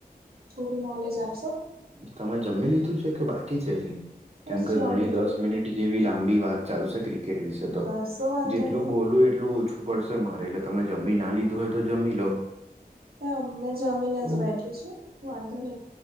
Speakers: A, on the right; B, on the right.
A: થોડું નોલેજ આપશો.
B: તમે જમી લીધું છે કે બાકી છે હજી
A: બસ
B: કેમ કે
A: જમી
B: ઘણી દસ
A: લીધું
B: મિનિટ જેવી લાંબી વાત ચાલશે ક્રિકેટ વિશે તો
A: કશો વાંધો
B: જેટલું
A: નહી
B: બોલું એટલું ઓછું પડશે મારે, એટલે તમે જમી ના લીધું હોય તો જમી લો.
A: ના મે જમીને જ બેઠી છું વાંધો ની.